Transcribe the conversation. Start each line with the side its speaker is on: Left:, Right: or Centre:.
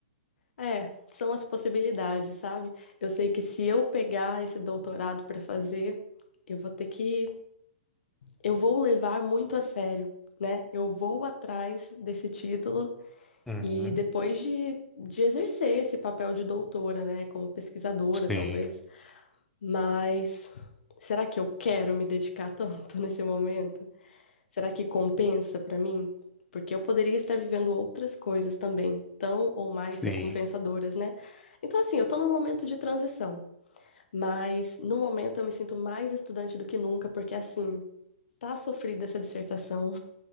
Left: é, são as possibilidades, sabe? Eu sei que se eu pegar esse doutorado para fazer, eu vou ter que eu vou levar muito a sério, né? Eu vou atrás desse título
Centre: uhum.
Left: e depois de, de exercer esse papel de doutora, né? Como pesquisadora,
Centre: Sim,
Left: talvez. Mas será que eu quero me dedicar tanto <laughs> nesse momento? Será que compensa para mim? Porque eu poderia estar vivendo outras coisas também, tão ou mais
Centre: sim,
Left: recompensadoras, né? Então, assim, eu tô num momento de transição, mas no momento eu me sinto mais estudante do que nunca, porque assim, tá sofrida essa dissertação.